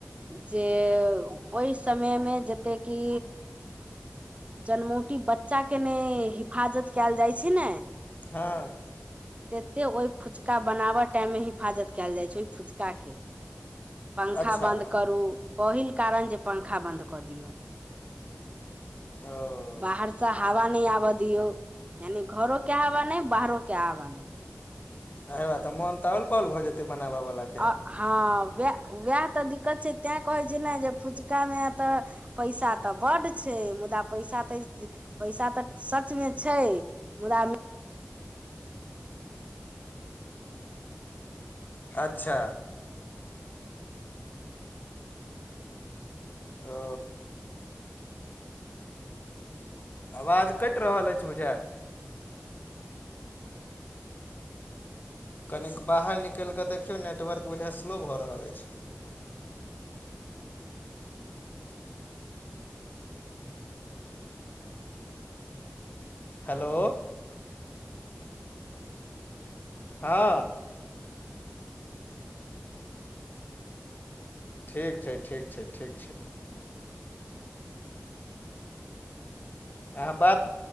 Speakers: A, on the right; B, on the left.
A: जे ओहि समयमें जतेक कि जनमोटी बच्चा के ने हिफाजत कयल जाइ छय ने
B: हँ
A: तते ओहि फुचका बनाव टाइम में हिफाजत कयल जाय छय फुचका के पंखा
B: अच्छा
A: बन्द करू पहिल कारण जे पंखा बन्द कऽ दियौ
B: ओ
A: बाहर स हवा न आवा दियो यानि घरो के हवा नै बाहरो के हवा नै
B: हे तऽ मन तऽल पल भऽ जेतै बनाबऽ बला
A: आ हँ वएह उएह तऽ दिक्कत छै तैं कहैत छै ने जे फुचकामे तऽ पैसा तऽ बड़ छै मुदा पैसा तऽ पैसा तऽ सचमे छै मुदा
B: अच्छा। ओ आवाज कैट रहल अइछ बुझए कनिक बाहर निकैल कऽ देखियौ नेटवर्क बुझए स्लो भऽ रहल अइछ हेलो। हँ। ठीक छै, ठीक छै, ठीक छै। अहाँ बात,